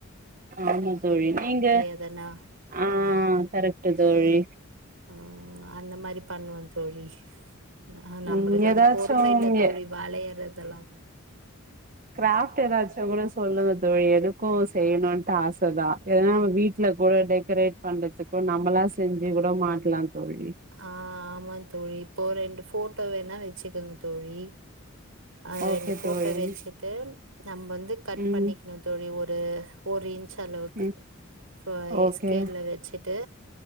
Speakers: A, on the right; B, on the right.
A: ஆமா தோழி நீங்க
B: எதனா
A: ஆ கரக்ட்டு தோழி
B: ம் அந்த மாரி பண்ணுவ தோழி ஆ நம்மளுக்கு
A: ம் எதாச்சு
B: அது பொறும இல்ல தோழி
A: எ
B: வளையறதெல்லா
A: கிராஃப் ட்டு எதாச்சு கூட சொல்லுங்க தோழி எனக்கு செய்யணுன்ட்டு ஆச தா எதனா வீ்ட்ல கூட டெக்கரேட் பண்றதுக்கு நம்மளா செஞ்சு கூட மாட்லா தோழி
B: ஆ ஆமா தோழி இப்போ ரெண்டு ஃபோட்டோ வேணா வச்சுக்குங்க தோழி அது
A: ஓகே
B: ரெண்டு போட்டோ
A: தோழி
B: வச்சுட்டு நம்ம வந்து கட்
A: ம்
B: பண்ணிக்கணு தோழி ஒரு ஒரு இன்ச் அளவுக்
A: ம்
B: இப்ப எ
A: ஓகே
B: ஸ்கேல்ல வச்சுட்டு